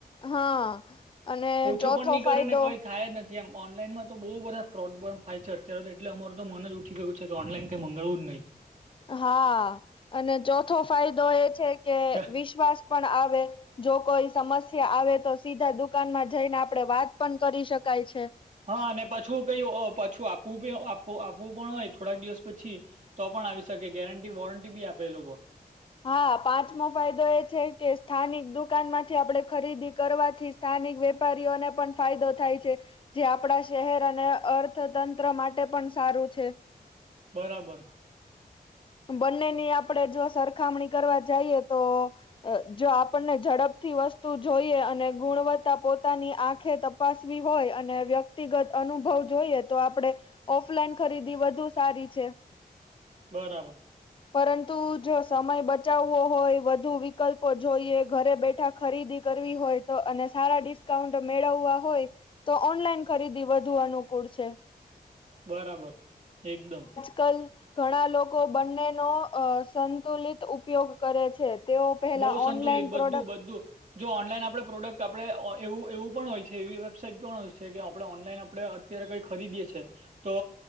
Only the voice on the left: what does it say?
હા અને
ચોથો
ફાયદો
હા અને ચોથો ફાયદો એ છે કે
વિશ્વાસ પણ આવે જો કોઈ સમસ્યા આવે તો સીધા દુકાનમાં જઈને આપણે વાત પણ કરી શકાય છે.
હા પાંચમો ફાયદો એ છે કે સ્થાનિક દુકાનમાંથી આપણે ખરીદી કરવાથી સ્થાનિક વેપારીઓને પણ ફાયદો થાય છે. જે આપણા શહેર અને અર્થતંત્ર માટે પણ સારું છે.
બંનેની આપડે જો સરખામણી કરવા જઈએ તો જો આપણને ઝડપથી વસ્તુ જોઈએ અને ગુણવત્તા પોતાની આંખે ત પાસવી હોય અને વ્યક્તિગત અનુભવ જોઈએ તો આપણે ઓફલાઈન ખરીદી વધુ સારી છે.
પરંતુ જો સમય બચાવવો હોય વધુ વિકલ્પો જોઈએ ઘરે બેઠા ખરીદી કરવી હોય તો અને સારા ડિસ્કાઉન્ટ મેળવવા હોય તો ઓનલાઈન ખરીદી વધુ અનુકૂળ છે.
કલ ઘણા લોકો બંને નો અ સંતુલિત ઉપયોગ કરે છે, તેઓ પહેલા
ઓનલાઈન
પ્રોડક્ટ